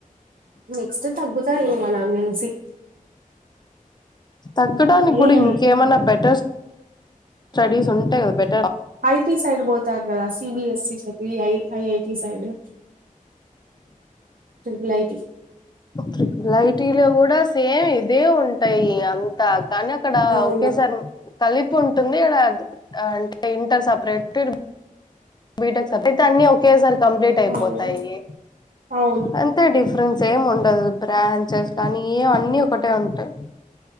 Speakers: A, on the right; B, on the left.
A: నెక్స్ట్ తగ్గుతారెమో నక్ తెల్సి
B: తగ్గడానికి కూడా
A: ఏంది
B: ఇంకేమన్నా బెటర్స్ స్టడీస్ ఉంటే కదా బ
A: ఐటి సైడ్ పోతారుకదా సిబిఎస్ఈ సైడ్ వి ఐఐటి సైడ్ ట్రిపులైటీ
B: ట్రిపులైటీ కూడా సేమ్ ఇదే ఉంటాయి అంతా కానీ అక్కడ
A: అవును
B: ఒకేసారి కలిపి ఉంటుంది ఇక్కడ అంటే ఇంటర్ సపరేట్ ఇ బీటెక్ సబ్ అన్ని ఓకే సార్ కంప్లీట్ అయిపోతాయి
A: అవును అవును
B: అంతే డిఫరెన్స్ ఏ బ్రాంచెస్ కానీ ఏం అన్నీ ఒకటే ఉంటాయి